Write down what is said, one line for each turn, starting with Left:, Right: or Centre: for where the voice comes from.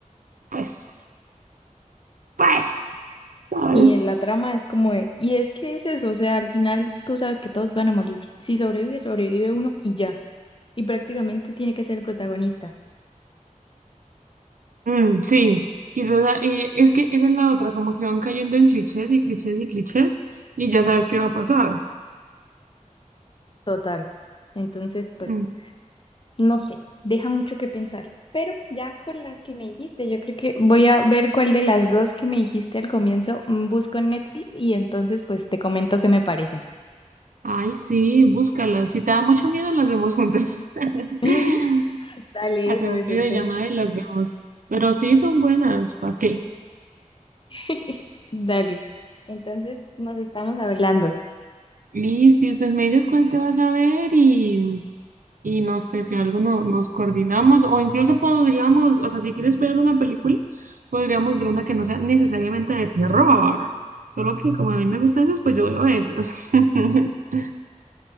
Right: pues, pues, ¿sabes?
Left: Y en la trama es como de, y es que es eso, o sea, al final tú sabes que todos van a morir, si sobrevive, sobrevive uno y ya. y prácticamente tiene que ser el protagonista,
Right: Mm, sí, y, esa- y es que esa es la otra, como que van cayendo en clichés y clichés y clichés y ya sabes qué va a pasar.
Left: total. Entonces, pues,
Right: Mm.
Left: no sé, deja mucho que pensar. Pero ya con las que me dijiste, yo creo que voy a ver cuál de las dos que me dijiste al comienzo mm, busco en Netflix y entonces pues te comento qué me parecen.
Right: Ay, sí, búscala. Si te da mucho miedo, las vemos juntas. <laughs>
Left: <laughs> Dale,
Right: Hacemos
Left: eso, eso,
Right: videollamada
Left: entonces.
Right: y las vemos. Pero sí son buenas, ¿para qué?
Left: <laughs> Dale. Entonces nos estamos hablando.
Right: Listo, y pues me dices cuál te vas a ver y. Y no sé si algo no- nos coordinamos o incluso podríamos, o sea, si quieres ver una película, podríamos ver una que no sea necesariamente de terror. Solo que como a mí me gustan esas, pues yo veo esas. <laughs>